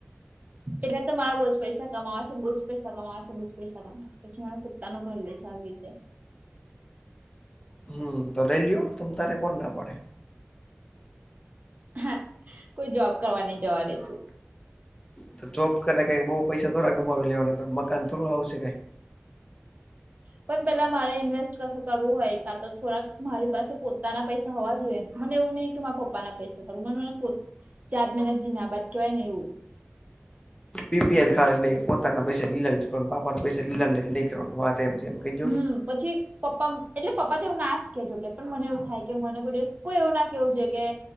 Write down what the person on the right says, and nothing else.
એટલે તો મારા બહુ જ પૈસા કમાવાશે, બોજ પૈસા કમાશે બુ જ પૈસા કમા પછી મે પોતાનું ઘર લઈેશ આવી રીતે.
હ કોઈ જોબ કરવા ન જવા દે તું
પણ પેલા મારે ઇન્વેસ્ટ ક કરવું હોય કાં તો થોડાક મારી પાસે પોતાના પૈસા હોવા જોઈએ ને મને એવું નહી. કે મારા પપ્પા ના પૈસા કરું મને મને ચારત મહિના જીના બાદ કહેવાય ને એવું.
હમ્મ, પછી પપ્પા એટલે પપ્પા તો એવું ના જ કે જોકે પણ મને એવું થાય કે મને કોઈ દિવસ કોઈ એવું ના કેવું જોયે કે